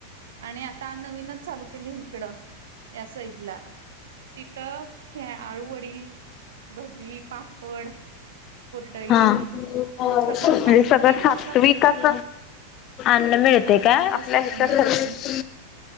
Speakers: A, on the right; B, on the left.
A: आणि आता नवीनच चालू केले इकडं या साईडला तिथं ह <unintelligible> आळूवडी भजी पापड कुरडई
B: हा म्हणजे
A: सगळं सात्विक
B: <unintelligible> सगळं सातविकाच
A: असं
B: मिळतंय
A: आपल्या
B: काय
A: ह्याच्यासारखं
B: आपल्याहितच
A: मिळतंय